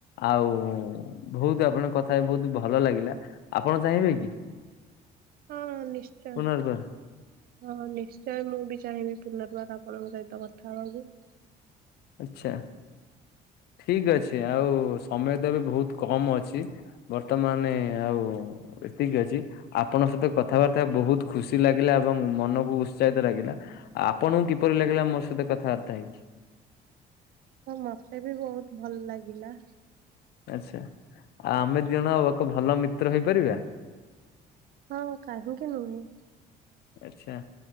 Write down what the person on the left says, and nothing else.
ଆଉ ବହୁତ ଆପଣଙ୍କ କଥା ବହୁତ ଭଲ ଲାଗିଲା ଆପଣ ଚାହିଁବେ କି?
ପୁନର୍ବାର
ଆଚ୍ଛା। ଠିକ ଅଛି ଆଉ ସମୟ ତ ବି ବହୁତ କମ ଅଛି ବର୍ତ୍ତମାନ ଆଉ ଏତିକି ଅଛି ଆପଣଙ୍କ ସହିତ କଥାବାର୍ତ୍ତା ବହୁତ ଖୁସି ଲାଗିଲା ଏବଂ ମନକୁ ଉତ୍ସାହିତ ଲାଗିଲା। ଆପଣଙ୍କୁ କିପରି ଲାଗିଲା ମୋ ସହିତ କଥାବାର୍ତ୍ତା ହେଇକି?
ଆଚ୍ଛା ଆଉ ଆମେ ଦି ଜଣ ଏକ ଭଲ ମିତ୍ର ହେଇପାରିବା।
ଆଚ୍ଛା।